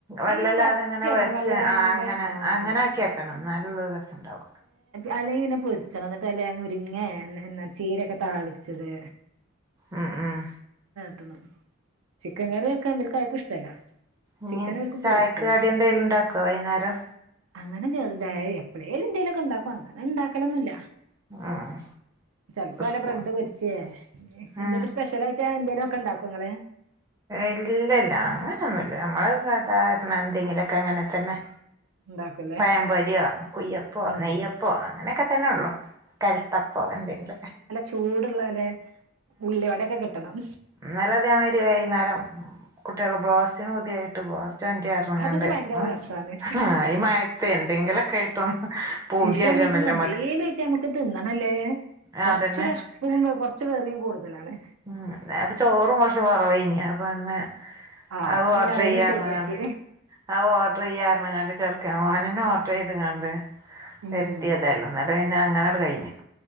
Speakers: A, on the right; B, on the right.
A: വെള്ളല്ലാതെങ്ങനെ
B: അത് പിന്നെ വരട്ടി വെക്കണം
A: വെച്ച്
B: വെള്ളല്ലാതെ
A: ആഹ് അങ്ങനെ
B: ആഹ്
A: അങ്ങനെ ആക്കി വെക്കണം എന്നാലെ ഒരു രസം ഉണ്ടാവാ
B: അല്ലെങ്കിൽ പിന്നെ പൊരിച്ചണം അന്നിട്ട് മുരിങ്ങാ ചീരയൊക്കെ താളിച്ചത്
A: ഉം ഉം
B: ട്ടണ് ചിക്കൻ കറി വെക്കാൻ ഇവർക്ക് ആർക്കും ഇഷ്ടല്ല
A: ഇനി
B: ചിക്കൻ ഓൽക്ക്
A: ചായക്ക്
B: പൊരിച്ചണം
A: കടി എന്തേലും ഉണ്ടാക്കോ വൈകുന്നേരം
B: അങ്ങനെ എന്ത്യാന്തായ എപ്പഴേലും എന്തേലൊക്കെ ഉണ്ടാക്കും അങ്ങനെ ഉണ്ടാക്കലൊന്നും ഇല്ല
A: ഉം
B: ചെലപ്പോ വല്ല
A: സ്കൂ
B: ബ്രെഡ് പൊരിച്ചേ എന്തേലും
A: ഉം
B: സ്പെഷ്യൽ ആയിട്ട് എന്തേലും ഒക്കെ ഉണ്ടാക്കോ ങ്ങള്
A: ഇല്ല ല്ലാ അങ്ങനെയൊന്നുല്ല നമ്മള് സാധാരണ എന്തെങ്കിലക്കെ അങ്ങനെ തന്നെ
B: ഉണ്ടാക്കുംല്ലേ
A: പയം പൊരിയോ കുയ്യപ്പോ
B: ഉം
A: നെയ്യപ്പോ അങ്ങനക്കെ തന്നെ ഉള്ളു കൽത്തപ്പം എന്തെങ്കിലും
B: ചൂടുള്ളലെ ഉള്ളി വടയെക്കെ കിട്ടണം
A: ഇന്നലെ ഇതെമാതിരി വൈകുന്നേരം കുട്ടികൾ ബ്രോസ്റ്റിന് പൂതിയായിട്ട് ബ്രോസ്റ്റു
B: അതൊക്കെ ഭയങ്കര രസാണ്
A: <unintelligible> ആഹ് ഈ മയത്ത് എന്തെങ്കിലൊക്കെ ആയിട്ടൊന്ന് പൂതിയാകണല്ലോ
B: ഈ സമയത്ത്ന്ന് എന്തേലും കിട്ടിയാ നമ്മുക്ക് തിന്നണല്ലേ
A: ആഹ് അതന്നെ
B: ച്ച് വെഷപ്പും കുറച്ച് വെറിയും കൂടുതലാണ്
A: ഉം അപ്പൊ ചോറും കുറച്ച് കുറവാരുന്നു അപ്പൊ ഇന്ന്
B: ആഹ്
A: അത്
B: പിന്നെ
A: ഓർഡറെയ്യാന്ന്
B: അതിനും ശരിയാക്കി
A: പറഞ്ഞു കൊണ്ട് അത് ഓർഡറെയ്യാ ങ്ങാണ്ട് ചെർക്കൻ ഓന് തന്ന ഓർഡർ ചെയ്തുകാണ്ടു
B: ഉം
A: ഹെൽത്തിയല്ലല്ലേ പ്പൊ പിന്നെ അങ്ങനെ അത്കഴിഞ്ഞു